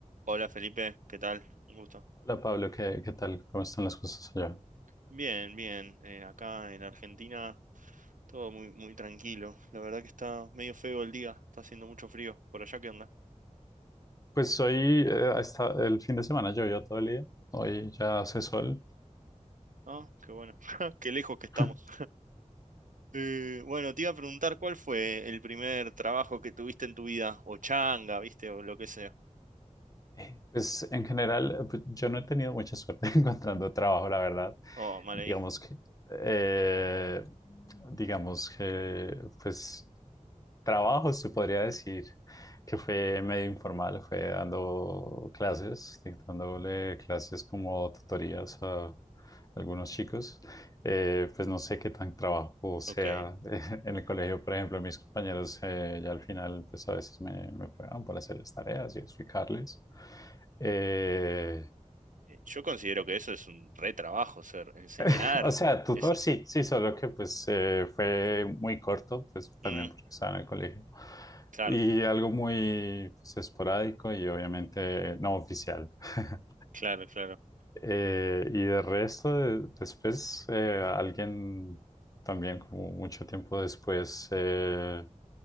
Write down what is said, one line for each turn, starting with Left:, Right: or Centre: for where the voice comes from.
Right: Hola Felipe, ¿qué tal? Un gusto.
Left: Hola Pablo, ¿qué, qué tal? ¿Cómo están las cosas allá?
Right: Bien, bien. eh, acá en Argentina todo muy, muy tranquilo. La verdad que está medio feo el día, está haciendo mucho frío. ¿Por allá qué onda?
Left: Pues hoy, eh, hasta el fin de semana llovió todo el día, hoy ya hace sol.
Right: Ah, qué bueno. <laughs> Qué lejos que estamos.
Left: <laughs>
Right: Eh, bueno, te iba a preguntar cuál fue el primer trabajo que tuviste en tu vida, o changa, viste, o lo que sea.
Left: Eh, Pues en general, eh, pues, yo no he tenido mucha suerte <laughs> encontrando trabajo, la verdad.
Right: Oh, mal
Left: Digamos
Right: ahí.
Left: que, eh, digamos que, pues trabajo se podría decir que fue medio informal, fue dando clases, dictándole clases como tutorías a algunos chicos. Eh, pues no sé qué tan trabajo sea
Right: Ok. Eh,
Left: <laughs> en el colegio, por ejemplo, mis compañeros eh, ya al final, pues a veces me, me pagaban para hacer las tareas y explicarles. Eh,
Right: Yo considero que eso es un re trabajo, ser enseñar.
Left: <laughs> o sea, tutor
Right: Es un...
Left: sí, sí, solo que pues eh, fue muy corto, pues también
Right: Mm,
Left: porque estaba en el colegio.
Right: claro,
Left: Y algo muy pues, esporádico y obviamente no oficial. <laughs>
Right: claro, claro.
Left: Eh, y de resto, de- después, eh, alguien también, como mucho tiempo después, eh,